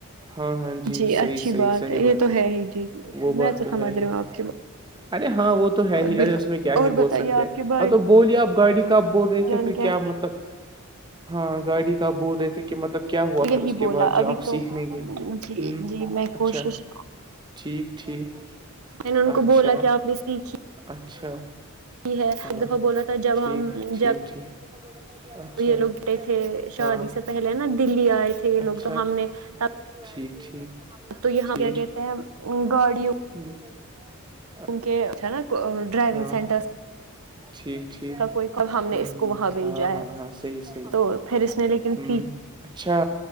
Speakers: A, on the right; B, on the right.
A: ہاں ہاں
B: جی اچھی
A: صحیح صحیح
B: بات
A: صحیح
B: ہے یہ تو ہے ہی جی جی
A: وہ
B: میں
A: بات
B: تو سمجھ
A: ہے ہی
B: رہی ہوں آپ کی بات
A: ارے ہاں وہ تو ہے ہی
B: بالکل
A: ارے اس میں کیا ہی
B: اور بتائیے
A: بول سکتے
B: آپ
A: ہیں
B: کے بھائی
A: ہاں تو بولیے آپ گاڑی کب بول رہے تھے
B: جان
A: پھر
B: کیسے
A: کیا مطلب ہاں گاڑی کب بول رہے تھے کہ مطلب کیا ہوا
B: یہی
A: پھر اس
B: بولا
A: کے بعد جو
B: ابھی
A: آپ
B: تو
A: سیکھ لیں گے
B: جی
A: ہ
B: جی میں
A: اچھا
B: کوشش
A: ٹھیک ٹھیک
B: میں نے ان
A: اچھا
B: کو بولا کہ آپ نے سییک کی
A: اچھا
B: ہے
A: ہاں
B: ایک دفعہ بولا تھا جب
A: ٹھیک
B: ہم
A: ٹھیک
B: جب
A: ٹھیک اچھا
B: یہ لوگ گے تھے شادی
A: ہاں
B: سے پہلے نا دلی آئے تھے یہ
A: اچھا
B: لوگ تو ہم نے ت
A: ٹھیک ٹھیک
B: تو یہاں
A: ٹھیک
B: کیا کہتے ہیں گاڑی
A: <inaudible>
B: کیونکہ نا ڈرائیونگ
A: ہاں
B: سینٹرس
A: ٹھیک ٹھیک
B: کا کوئی ک ہم نے
A: ہ ہ
B: اس کو وہاں بھیجا
A: ہاں
B: ہے
A: ہاں ہاں صحیح صحیح
B: تو پھر اس نے لیکن
A: ہ
B: ف
A: اچھا